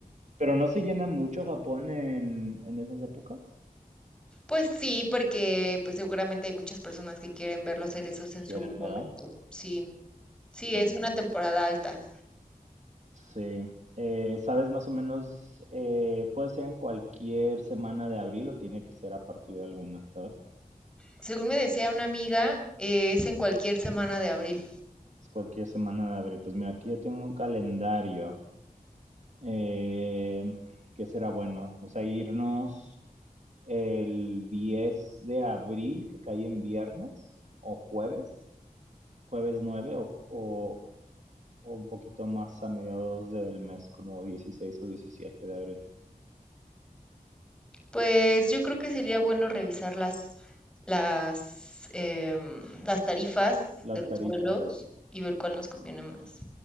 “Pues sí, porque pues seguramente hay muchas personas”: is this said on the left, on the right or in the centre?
Centre